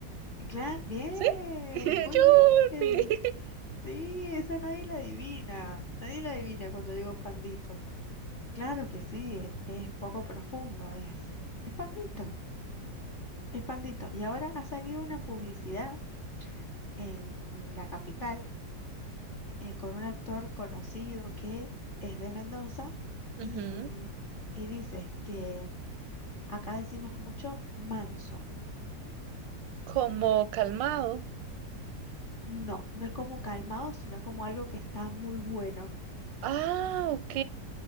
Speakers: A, on the left; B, on the right.
A: claro, bien,
B: ¿Sí? <laughs>
A: muy
B: Yupi.
A: bien. Sí, esa nadie la adivina. Nadie la adivina cuando digo pandito. Claro que sí, e- es, poco profundo, es. Es pandito, es pandito. Y ahora ha salido una publicidad en la capital eh, con un actor conocido que es de Mendoza y,
B: Ujú.
A: mm, y dice que mm, acá decimos mucho manso.
B: Como calmado.
A: No, no es como calmado, sino como algo que está muy bueno.
B: Ah, ok.